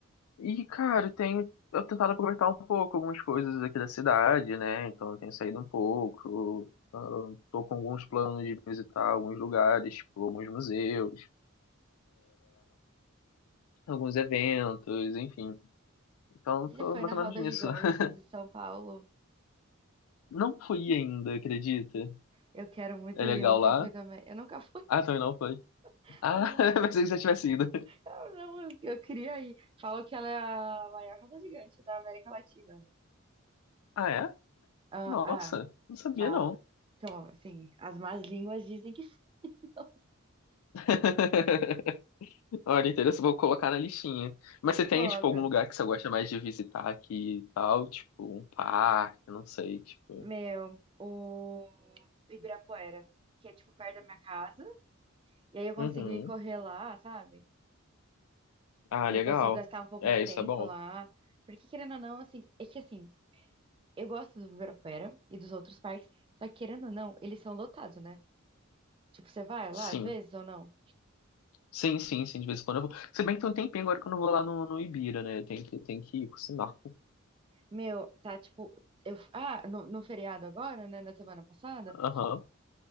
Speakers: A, on the left; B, on the right.
A: E, cara, tenho, eu tentado aproveitar um pouco algumas coisas aqui da cidade, né? Então, eu tenho saído um pouco. ah, Tô com alguns planos de visitar alguns lugares, tipo, alguns museus, alguns eventos, enfim. Então,
B: Você
A: tô
B: já foi
A: mais
B: na roda
A: ou menos nisso.
B: gigante
A: <laughs>
B: de São Paulo?
A: Não fui ainda, acredita?
B: Eu quero muito
A: É
B: ir,
A: legal
B: eu nunca
A: lá?
B: fui também. Eu nunca fui,
A: Ah, também não foi.
B: <laughs>
A: Ah,
B: não.
A: <laughs> pensei que você tivesse ido.
B: Eu não, eu eu queria ir. Falam que ela é a maior roda gigante da América Latina.
A: Ah, é?
B: Ah,
A: Nossa,
B: ah,
A: não sabia
B: fala.
A: não.
B: Então, assim, as más línguas dizem que <laughs> não.
A: <laughs> Olha, interessante, vou colocar na listinha. Mas você tem,
B: Coloca,
A: tipo, algum lugar que você gosta mais de visitar aqui e tal? Tipo, um parque, não sei, tipo.
B: meu, o Ibirapuera, que é tipo perto da minha casa. E aí eu consigo
A: Uhum.
B: ir correr lá, sabe?
A: Ah,
B: Aí
A: legal.
B: eu consigo gastar um pouco
A: É,
B: de tempo
A: isso é bom.
B: lá. Porque querendo ou não, assim, é que assim, eu gosto do Ibirapuera e dos outros parques, só que querendo ou não, eles são lotados, né? Tipo, você vai
A: Sim.
B: lá às vezes ou não?
A: Sim, sim, sim, de vez em quando eu vou. Se bem que tem um tempinho agora que eu não vou lá no, no Ibira, né? Eu tenho que, tenho que ir, por sinal.
B: Meu, tá tipo. Eu, ah, no, no feriado agora, né? Na semana passada,
A: Aham.